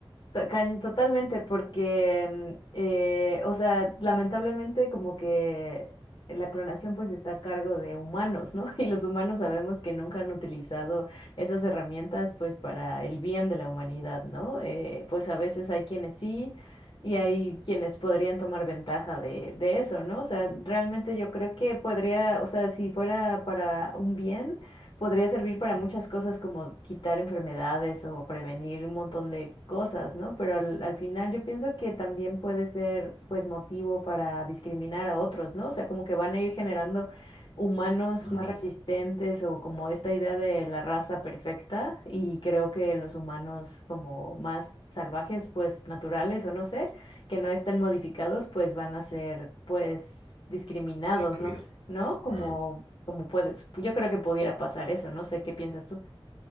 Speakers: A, on the left (about 55°); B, on the left (about 80°).
A: To- cañ- Totalmente, porque, mm, eh, o sea, lamentablemente como que la clonación pues está a cargo de humanos, ¿no? <laughs> Y los humanos sabemos que nunca han utilizado esas herramientas pues para el bien de la humanidad, ¿no? Eh, pues a veces hay quienes sí y hay quienes podrían tomar ventaja de, de eso, ¿no? O sea, realmente yo creo que podría, o sea, si fuera para un bien podría servir para muchas
B: Mm,
A: cosas como quitar enfermedades o prevenir un montón de cosas, ¿no? Pero al, al final yo pienso que también puede ser pues motivo para discriminar a otros, ¿no? O sea, como que van a ir generando humanos
B: mm,
A: más resistentes o como esta idea de la raza perfecta y creo que los humanos como más salvajes, pues naturales o no sé que no estén modificados, pues van a ser, pues, discriminados,
B: excluido.
A: ¿no? s- ¿No? Como,
B: Mm.
A: como puedes, yo creo que pudiera pasar eso, no sé qué piensas tú.